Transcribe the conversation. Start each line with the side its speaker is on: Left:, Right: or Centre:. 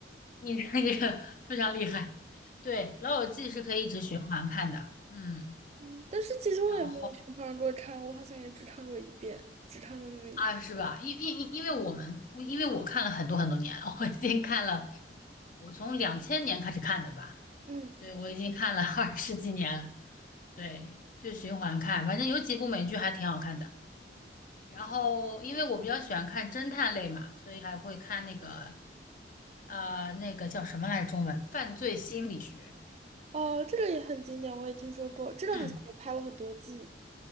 Left: 你这个非常厉害，对，《老友记》是可以一直循环看的，嗯，
Right: 嗯但是其实我也没有去唱过唱，
Left: 然后
Right: 我好像也只唱过一遍，只唱过那么一遍
Left: 啊，是吧？因因因因为我们，我因为我看了很多很多年了，我已经看了，我从两千年开始看的吧，
Right: 嗯，
Left: 对，我已经看了 <laughs> 二十几年了，对，就循环看，反正有几部美剧还挺好看的。然后，因为我比较喜欢看侦探类嘛，所以还会看那个呃，那个叫什么来着中文？犯罪心理学，
Right: 哦，这个也很经典，我也听说过，这个好像也拍了很多季。
Left: 嗯。